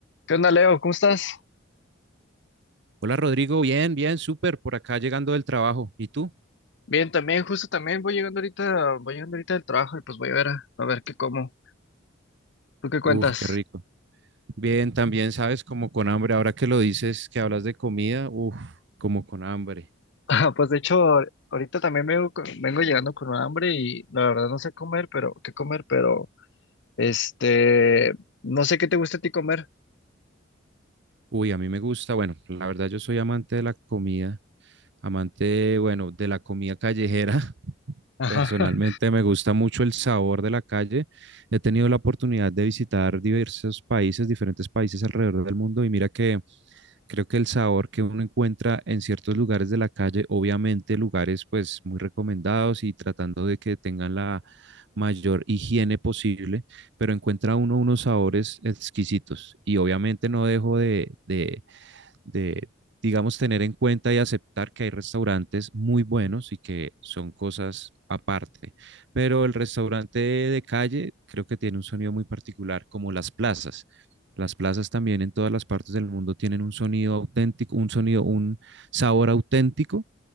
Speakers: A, on the left; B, on the right.
A: ¿Qué onda, Leo? ¿Cómo estás?
B: Hola Rodrigo, bien, bien, súper, por acá llegando del trabajo. ¿Y tú?
A: Bien, también, justo también voy llegando ahorita, voy llegando ahorita del trabajo y pues voy a ver, a, a ver qué como. ¿Tú qué cuentas?
B: Uf, qué rico.
A: <laughs>
B: Bien, también sabes, como con hambre, ahora que lo dices, que hablas de comida, uf, como con hambre.
A: Ah, pues de hecho, ahorita también vengo, con- vengo llegando con hambre y la verdad no sé comer, pero qué comer, pero este, no sé qué te gusta a ti comer.
B: Uy, a mí me gusta, bueno, la verdad yo soy amante de la comida, amante, bueno, de la comida callejera. <laughs>
A: Ajá,
B: Personalmente
A: <laughs>
B: me gusta mucho el sabor de la calle. He tenido la oportunidad de visitar diversos países, diferentes países alrededor del mundo y mira que Creo que el sabor que uno encuentra en ciertos lugares de la calle, obviamente lugares pues muy recomendados y tratando de que tengan la mayor higiene posible, pero encuentra uno unos sabores exquisitos. Y obviamente no dejo de, de de, digamos, tener en cuenta y aceptar que hay restaurantes muy buenos y que son cosas aparte. Pero el restaurante de calle creo que tiene un sonido muy particular, como las plazas. Las plazas también en todas las partes del mundo tienen un sonido auténtico, un sonido, un sabor auténtico